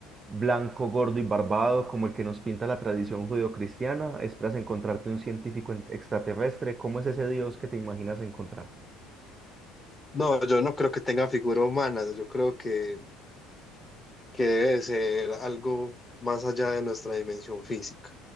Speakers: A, on the right; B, on the left.
A: blanco, gordo y barbado como el que nos pinta la tradición judeocristiana? ¿Esperas encontrarte un científico en- extraterrestre? ¿Cómo es ese Dios que te imaginas encontrar?
B: No, yo no creo que tenga figura humana, yo creo que, que debe ser algo más allá de nuestra dimensión física.